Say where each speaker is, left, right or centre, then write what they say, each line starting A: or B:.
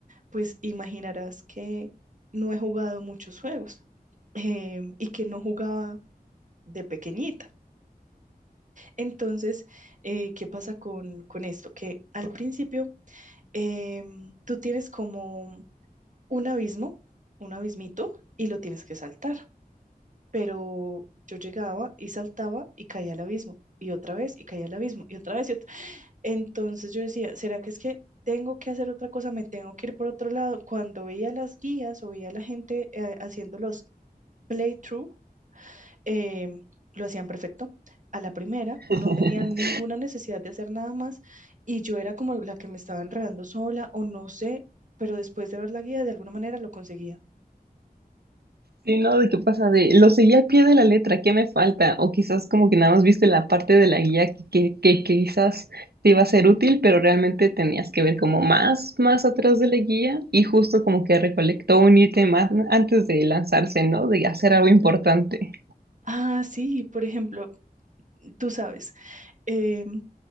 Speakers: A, on the right; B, on the right.
A: pues imaginarás que no he jugado muchos juegos em, y que no jugaba de pequeñita. Entonces, eh, ¿qué pasa con, con esto? Que al principio em, tú tienes como un abismo, un abismito, y lo tienes que saltar. Pero yo llegaba y saltaba y caía al abismo, y otra vez, y caía al abismo, y otra vez, y otra. Entonces yo decía, ¿será que es que tengo que hacer otra cosa? ¿Me tengo que ir por otro lado? Cuando veía las guías o veía a la gente eh, haciendo los playthrough, em, lo hacían perfecto. A la primera
B: <laughs>
A: no tenían ninguna necesidad de hacer nada más y yo era como la que me estaba enredando sola o no sé, pero después de ver la guía de alguna manera lo conseguía.
B: Sí, no, de qué pasa, de lo seguí al pie de la letra, ¿qué me falta? O quizás como que nada más viste la parte de la guía que, que, que quizás te iba a ser útil, pero realmente tenías que ver como más, más atrás de la guía y justo como que recolectó un ítem a- antes de lanzarse, ¿no? De hacer algo importante.
A: Ah, sí, por ejemplo, tú sabes, eh,